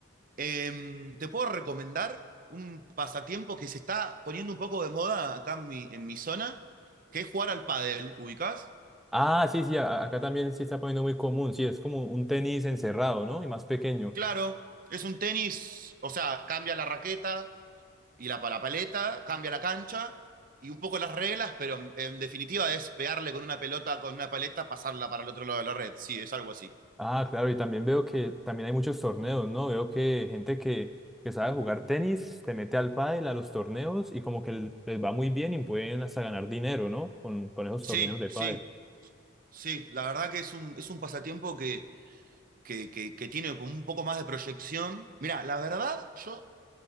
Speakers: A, on the right; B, in the centre.
A: eh, ¿te puedo recomendar un pasatiempo que se está poniendo un poco de moda acá en mi, en mi zona? Que es jugar al pádel, ¿ubicás?
B: Ah, sí, sí, a- acá también sí está poniendo muy común, sí, es como un tenis encerrado, ¿no? Y más pequeño.
A: Claro, es un tenis, o sea, cambia la raqueta, y la, la paleta, cambia la cancha y un poco las reglas, pero en, definitiva es pegarle con una pelota, con una paleta, pasarla para el otro lado de la red. Sí, es algo así.
B: Ah, claro, y también veo que también hay muchos torneos, ¿no? Veo que gente que, que sabe jugar tenis se mete al pádel, a los torneos y como que l- les va muy bien y pueden hasta ganar dinero, ¿no? Con, con esos
A: Sí,
B: torneos de
A: sí,
B: pádel.
A: sí. La verdad que es un, es un pasatiempo que, que, que, que tiene un poco más de proyección. Mira, la verdad, yo